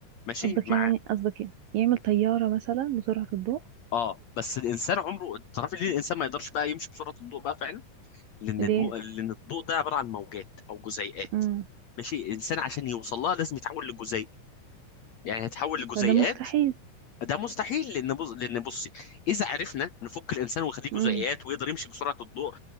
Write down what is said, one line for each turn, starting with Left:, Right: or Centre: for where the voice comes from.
Left: ماشي
Right: قصدك
Left: مع
Right: يعني قصدك يعني يعمل طيارة مثلا بسرعة الضوء
Left: اه بس الانسان عمره تعرفي ليه الانسان ما يقدرش بقى يمشي بسرعه الضوء بقى فعلا لان
Right: ليه
Left: الم... لان الضوء ده عباره عن موجات او جزيئات
Right: مم.
Left: ماشي الانسان عشان يوصل لها لازم يتحول لجزيء يعني هيتحول لجزيئات
Right: فده مستحيل
Left: ده مستحيل لان بص... لان بصي اذا عرفنا نفك الانسان ونخليه
Right: مم.
Left: جزيئات ويقدر يمشي بسرعه الضوء